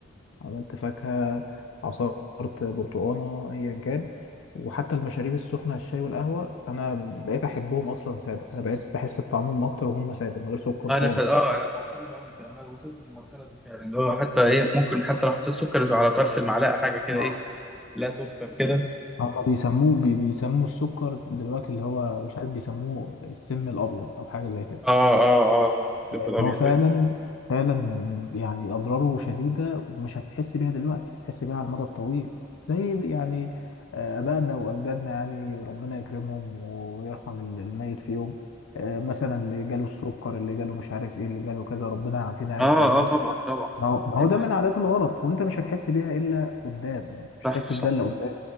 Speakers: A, on the left (about 70°); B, in the centre.
A: عملت فاكهة عصرت برتقانة أيا كان وحتى المشاريب السخنة الشاي والقهوة أنا بقيت أحبهم أصلا سادة أنا بقيت بحس بطعمهم أكتر وهم سادة من غير سكر
B: انا
A: خالص
B: ف... اه انا مؤخرا بعمل كده انا وصلت للمرحله دي فعلا اللي هو حتى ايه ممكن حتى لو حطيت سكر على طرف المعلقه حاجه كده
A: اه
B: ايه لا تذكر كده
A: هما بيسموه بي بيسموا السكر دلوقتي اللي هو مش عارف بيسموه السم الأبيض أو حاجة زي كده
B: اه اه اه
A: لان
B: الطب الابيض
A: هو فعلا
B: يعني.
A: فعلا يعني اضراره شديده ومش هتحس بيها دلوقتي هتحس بيها على المدى الطويل زي زي- يعني آه، ابائنا واجدادنا يعني ربنا يكرمهم ويرحم ال- الميت فيهم آه، مثلا اللي جاله السكر اللي جاله مش عارف ايه اللي جاله كذا ربنا يعافينا يعني
B: اه
A: كلنا
B: اه طبعا طبعا
A: ما هو ما
B: إيه
A: هو
B: فعلا؟
A: ده من عادات الغلط وانت مش هتحس بيها الا قدام يعني مش
B: صح
A: هتحس
B: صح
A: بده الا قدام